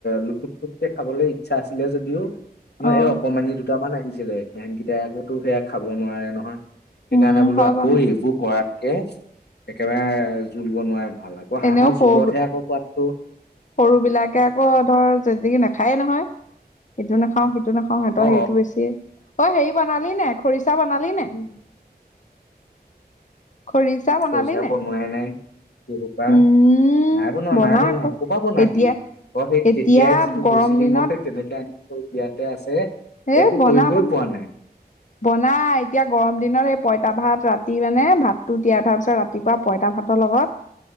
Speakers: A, on the left; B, on the left.
A: লুতুপুপকে খাবলৈ ইচ্ছা আছিলে যে যদিও আমাৰ
B: অ',
A: এই অকমানি দুটামান আহিছিলে সিহনকেইটাই আকৌ তো সেয়া খাব নোৱাৰে নহয়। সেইকাৰণে
B: উম,
A: বোলো
B: হয়
A: আকৌ
B: বাৰু সেইটো
A: এইবোৰ কৰাতকে একেবাৰে জোল বনোৱ ভাল আকৌ
B: এনেও
A: হাঁহৰ
B: সৰু
A: জোলতহে আকৌ পোৱাতটো
B: সৰু বিলাকে আকৌ ধৰ জেকি নাখায়ে নহয় সিটো নাখাও সিটো নখা সিহঁতৰ
A: অ
B: সেইটো বেছি অ', হেৰি বনালি নে খৰিচা বনালি
A: উম
B: নে। খৰিচা বনালি
A: খৰিচা
B: নে?
A: বনোৱাই নাই কি সোপা
B: উম,
A: নাই বনোৱা
B: বনা
A: নাই বনোৱা
B: আকৌ
A: কোপা নাবি
B: এতিয়া
A: তই সেই
B: এতিয়া
A: তেতিয়াই যিটো
B: গৰম
A: কৈছিলি
B: দিনত
A: মই সেই তেনেকে আনি থই বিয়াতে আছে
B: এ
A: একো
B: বনা
A: কৰিবই
B: বনা
A: পোৱা নাই
B: বনাই এতিয়া গৰম দিনত এই পইতা ভাত ৰাতি মানে ভাততো তিয়াই থাৰ পিছত ৰাতিপুৱা পইতা ভাত ততৰ লগত